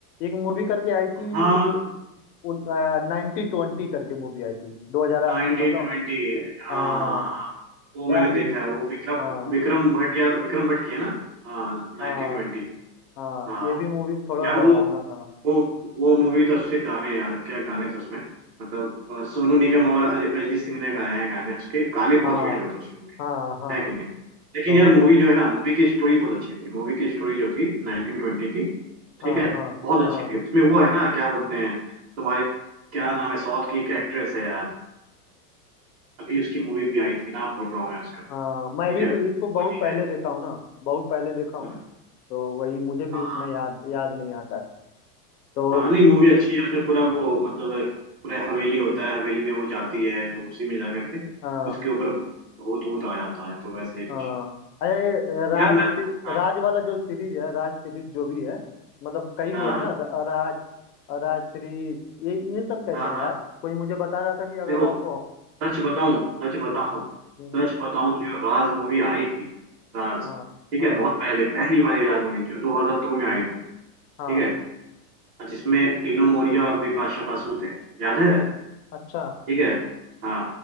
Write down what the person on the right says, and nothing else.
हाँ
नाइनटीन
ट्वेंटी हाँ
हाँ हाँ हाँ। वो मैंने
देखा
है वो विक्रम
विक्रम भट्ट या विक्रम भट्ट की है ना हाँ नाइनटीन
ट्वेंटी
हाँ
यार
वो
वो वो मूवी तो उसके गाने यार क्या गाने थे उसमें मतलब अ, सोनू निगम और अजय- अरिजीत सिंह ने गाए हैं गाने उसके गाने बहुत
हिट हुए थे उस film
है कि नहीं लेकिन
यार मूवी जो है ना मूवी की स्टोरी बहुत अच्छी थी मूवी की स्टोरी जो थी 1920 की
ठीक है
बहुत अच्छी
थी उसमें वो है ना क्या बोलते हैं तुम्हारे क्या नाम है साउथ की एक एक्ट्रेस है यार अभी उसकी मूवी भी आई थी नाम भूल रहा हूँ मैं उसका
ठीक
है वही
है
हम्म,
हाँ
हाँ नहीं मूवी अच्छी है उसमें पूरा वो मतलब पूरा हवेली होता है हवेली में वो जाती है तो उसी में जा करके
उसके ऊपर भूत भूत भूत आ जाता है तो वैसे ही कुछ
यार मैं
हाँ
हाँ
हाँ
हाँ
हाँ,
देखो
सच बताऊं
सच बताऊं
सच बताऊं तो जो राज मूवी आई थी राज
ठीक
है बहुत पहले पहली वाली राज मूवी जो 2002 में आई थी ठीक
है और जिसमें टीनू मोरिया और बिपाशा बसु थे याद है
ठीक है हाँ